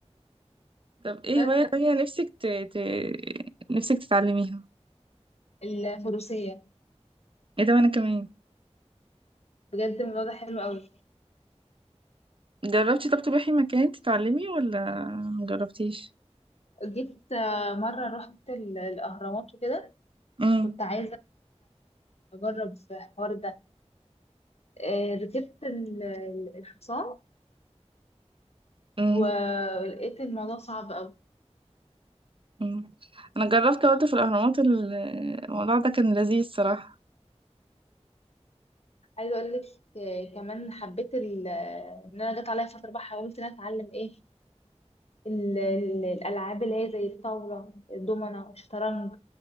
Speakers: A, on the right (about 50°); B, on the left (about 65°).
A: طب ايه
B: بس
A: هواية تانية نفسك ت... ت... نفسك تتعلميها
B: الفروسية
A: ايه ده وانا كمان
B: بجد الموضوع ده حلو قوي
A: جربتي طب تروحي مكان تتعلمي ولا مجربتيش
B: جيت آه، مرة رحت ال- الاهرامات وكده
A: امم
B: كنت عايزة اجرب في الحوار ده آه، ركبت ال- ال- الحصان
A: امم.
B: ولقيت الموضوع صعب قوي
A: مم. انا جربت برضه في الاهرامات ال- الموضوع ده كان لذيذ صراحة
B: عايزه اقول لك آه، كمان حبيت ال- ان انا جت عليا فتره بقى حاولت ان انا اتعلم ايه ال- ال- الألعاب اللي هي زي الطاولة الدومنة الشطرنج